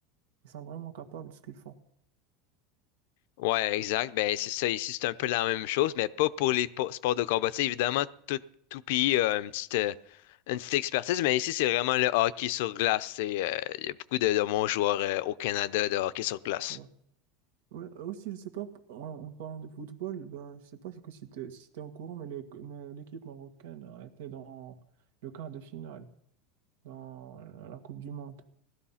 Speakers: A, on the right; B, on the left.
A: Ils sont vraiment capables de ce qu'ils font.
B: Ouais, exact. Ben, c'est ça. Ici, c'est un peu la même chose, mais pas pour les po- sports de combat. Tu sais, évidemment, tout, tout pays a une petite, euh, une petite expertise, mais ici, c'est vraiment le hockey sur glace. tu sais, euh, Il y a beaucoup de, de bons joueurs euh, au Canada de hockey sur glace.
A: Ouais. Ouais, euh, aussi, je sais pas, en, en parlant de football, ben, je sais pas si, que si tu si t'es au courant, mais le- mais l'équipe marocaine a été dans le quart de finale, dans la Coupe du Monde,